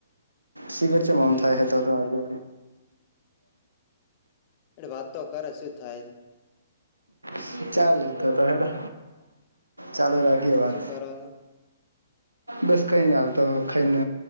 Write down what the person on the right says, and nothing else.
શીગર છેમ
થાય હતો તો આજે.
ચલે તો તો હે ચાલો રાખીએ વાત.
બસ કઈ નઈ હાલ તો ખાઈને